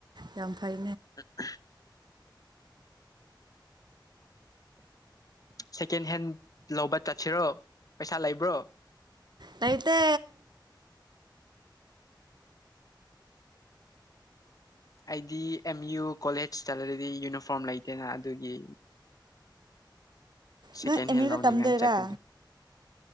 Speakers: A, on the right; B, on the left.
A: ꯌꯥꯝ ꯐꯩ
B: ꯍ ꯁꯦꯀꯦꯟ ꯍꯦꯟ ꯂꯧꯕ ꯆꯠꯁꯤꯔꯣ ꯄꯩꯁꯥ ꯂꯩꯕ꯭ꯔꯣ
A: ꯂꯩꯇꯦ
B: ꯑꯩꯗꯤ ꯑꯦꯝ ꯌꯨ ꯀꯣꯂꯦꯖ ꯆꯠꯂꯗꯤ ꯌꯨꯅꯤꯐꯣꯔꯝ ꯂꯩꯇꯦꯅ ꯑꯗꯨꯒꯤ ꯁꯦꯀꯦꯟ
A: ꯅꯪ ꯑꯦꯝ
B: ꯍꯦꯟ
A: ꯌꯨꯗ
B: ꯂꯧꯎꯅꯤꯡꯉꯥꯏ
A: ꯇꯝꯗꯣꯏꯔꯥ
B: ꯆꯠꯀꯅꯤ <inaudible>